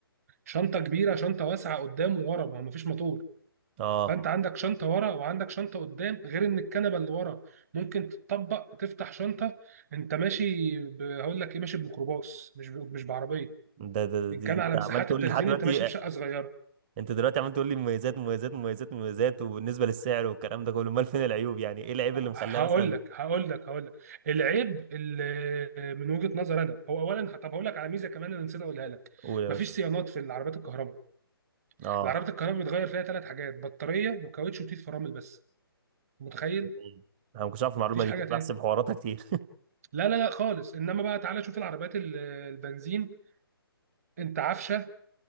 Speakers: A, on the right; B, on the right.
A: شنطه كبيره شنطه واسعه قدام وورا ما هو مفيش موتور
B: اه
A: فانت عندك شنطه ورا وعندك شنطه قدام غير ان الكنبه اللي ورا ممكن تتطبق تفتح شنطه انت ماشي ب... هقول لك ايه ماشي بميكروباص مش ب... مش بعربيه
B: ده ده
A: ان
B: دي
A: كان
B: انت
A: على
B: عمال
A: مساحات
B: تقول
A: التخزين
B: لي لحد دلوقتي
A: انت ماشي بشقه صغيره
B: انت دلوقتي عمال تقول لي مميزات مميزات مميزات مميزات وبالنسبه للسعر والكلام ده كله امال فين العيوب يعني ايه العيب اللي مخليها
A: هقول
B: مثلا
A: لك هقول لك هقول لك العيب اللي من وجهه نظر انا هو اولا طب هقول لك على ميزه كمان انا نسيت اقولها لك
B: قول يا
A: مفيش
B: باشا
A: صيانات في العربيات الكهرباء
B: اه
A: العربيات الكهرباء بيتغير فيها ثلاث حاجات بطاريه وكاوتش وتيت فرامل بس متخيل
B: جميل. انا ما كنتش اعرف المعلومه
A: مفيش
B: دي
A: حاجه
B: كنت
A: تاني
B: بحسب حواراتها كتير
A: لا لا لا خالص انما بقى تعالى شوف العربيات ال- البنزين انت عفشه